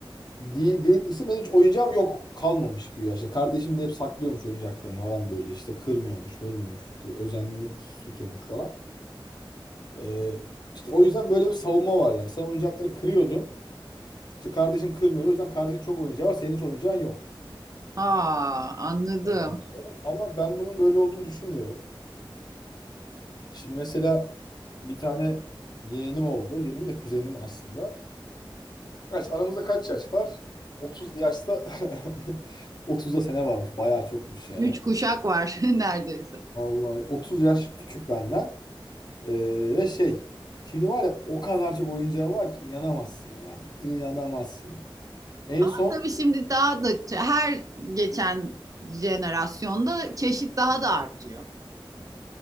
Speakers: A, on the left; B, on the right.
A: De dedikçe benim hiç oyuncağım yok kalmamış güya işte. Kardeşim de hep saklıyormuş oyuncaklarını falan böyle işte kırmıyormuş, vurmuyormuş, işte özenli tutuyormuş falan. Ee, işte o yüzden böyle bir savunma var yani. Sen oyuncakları kırıyordun. İşte kardeşin kırmıyordu. O yüzden kardeşin çok oyuncağı var. Senin hiç oyuncağın yok.
B: Aa anladım.
A: Ondan sonra. Ama ben bunun böyle olduğunu düşünmüyorum. Şimdi mesela bir tane yeğenim oldu. Yeğenim de kuzenim aslında. Kaç, aramızda kaç yaş var? otuz yaşta <laughs> otuzda sene varmış. Bayağı çokmuş ya.
B: Üç kuşak var <laughs> neredeyse.
A: Vallahi 30 yaş küçük benden. Ee, ve şey şimdi var ya o kadar çok oyuncağı var ki inanamazsın yani. İnanamazsın. En
B: Ama
A: son
B: tabii şimdi daha da ç- her geçen jenerasyonda çeşit daha da artıyor.